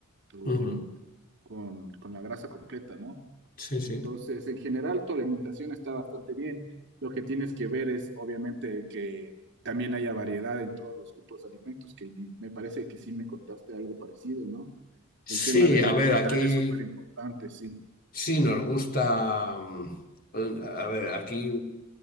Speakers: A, on the right (about 55°); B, on the left (about 45°).
A: o
B: Ujú,
A: con, con, con, la grasa completa, ¿no?
B: Sí, sí.
A: Entonces, en general, tu alimentación está bastante bien. Lo que tienes que ver es, obviamente, que también haya variedad en todos los grupos de alimentos, que me parece que sí me contaste algo parecido, ¿no?
B: Sí,
A: El tema de los
B: a ver,
A: vegetales,
B: aquí
A: súper importante, sí.
B: sí nos gusta. mm, A ver, aquí.